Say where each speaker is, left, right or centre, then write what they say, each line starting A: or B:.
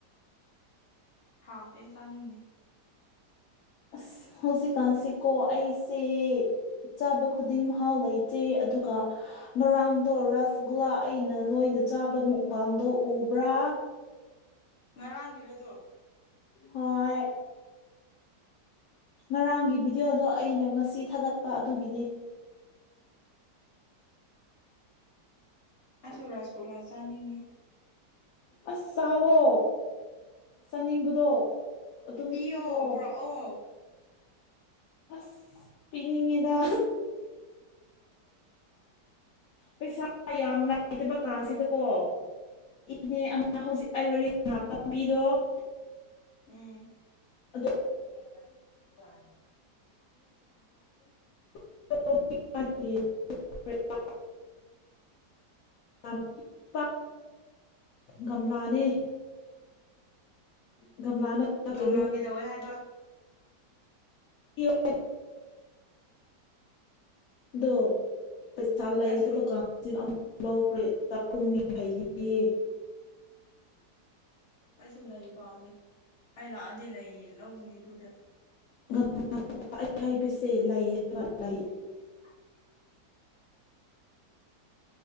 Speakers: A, on the left (about 40°); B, on the left (about 70°).
A: ꯍꯥꯎꯇꯦ ꯆꯥꯅꯤꯡꯅꯦ
B: ꯑꯁ ꯍꯧꯖꯤꯛ ꯀꯥꯟꯁꯦꯀꯣ ꯑꯩꯁꯦ ꯆꯥꯕ ꯈꯨꯗꯤꯡ ꯃꯍꯥꯎ ꯂꯩꯇꯦ ꯑꯗꯨꯒ ꯉꯔꯥꯡꯗꯣ ꯔꯁꯒꯨꯜꯂꯥ ꯑꯩꯅ ꯂꯣꯏꯅ ꯆꯥꯕ ꯃꯨꯛꯕꯥꯥꯡꯗꯣ ꯎꯕ꯭ꯔꯥ
A: ꯉꯔꯥꯡꯒꯤꯔꯗꯣ
B: ꯍꯣꯏ ꯉꯔꯥꯡꯒꯤ ꯚꯤꯗꯤꯑꯣꯗꯣ ꯑꯩꯅ ꯉꯁꯤ ꯊꯥꯒꯠꯄ ꯑꯗꯨꯒꯤꯅꯤ
A: ꯑꯩꯁꯨ ꯔꯥꯁꯒꯨꯂꯥ ꯆꯥꯅꯤꯡꯉꯤ
B: ꯑꯁ ꯆꯥꯎꯋꯣ ꯆꯥꯅꯤꯡꯕꯗꯣ ꯑꯗꯨꯝ
A: ꯄꯤꯑꯣ
B: ꯆꯥꯋꯣ
A: ꯄꯨꯔꯛꯑꯣ
B: ꯑꯁ ꯄꯤꯅꯤꯡꯉꯤꯗ ꯄꯩꯁꯥ ꯌꯥꯝ ꯂꯩꯇꯕ ꯀꯥꯟꯁꯤꯗꯀꯣ <unintelligible>
A: ꯎꯝ <unintelligible>
B: ꯑꯗꯨ <inaudible> ꯒꯝꯂꯥꯅꯦ ꯒꯝꯂꯥꯅ
A: ꯒꯝꯂꯥ
B: ꯀꯩꯅꯣ
A: ꯀꯩꯗꯧꯋꯦ ꯍꯥꯏꯕ
B: <unintelligible> ꯗꯣ ꯄꯩꯁꯥ ꯂꯩꯇꯕ
A: ꯑꯩꯁꯨ
B: ꯀꯥꯟꯁꯤꯗ ꯑꯃꯨ ꯂꯧꯈ꯭ꯔꯦ ꯆꯥꯛꯈꯨꯝ ꯌꯥꯡꯈꯩꯅꯤꯌꯦ
A: ꯑꯩꯁꯨ ꯂꯩ ꯄꯥꯝꯃꯦ ꯑꯩ ꯂꯥꯛꯑꯗꯤ ꯂꯩ ꯂꯧꯅꯤ ꯑꯗꯨꯗ
B: <unintelligible>